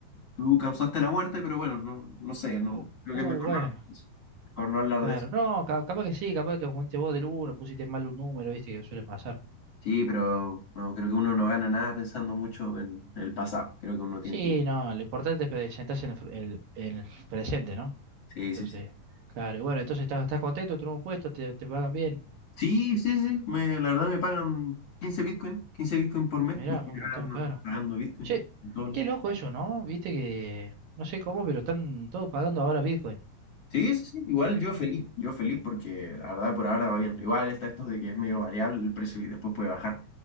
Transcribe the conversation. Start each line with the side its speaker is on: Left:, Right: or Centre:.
Left: tú causaste la muerte, pero bueno, no, no sé, no,
Right: uh,
Left: creo
Right: uh,
Left: que es mejor
Right: bueno,
Left: no hablar de eso. Mejor no hablar
Right: claro.
Left: de eso.
Right: No, ca- capaz que sí, capaz que te confundiste vos del uno, pusiste mal un número, viste, que suele pasar.
Left: Sí, pero no, creo que uno no gana nada pensando mucho en, en el pasado. Creo que uno tiene
Right: Sí,
Left: que...
Right: no, lo importante es presentarse en el, fr- el- en el presente, ¿no?
Left: Sí,
Right: Entonces,
Left: sí, sí.
Right: claro, y bueno, entonces estás, estás contento, tenés un puesto, te, te pagan bien.
Left: Sí, sí, sí, me, la verdad me pagan quince Bitcoin, 15 Bitcoin por mes,
Right: Mirá,
Left: ni siquiera
Right: un montón,
Left: ando
Right: claro.
Left: pagando Bitcoin,
Right: Che,
Left: dólar.
Right: qué loco eso, ¿no? Viste que, no sé cómo, pero están todos pagando ahora Bitcoin.
Left: Sí, sí, sí, igual yo feliz, yo feliz porque la verdad por ahora va bien. Igual está esto de que es medio variable el precio y después puede bajar.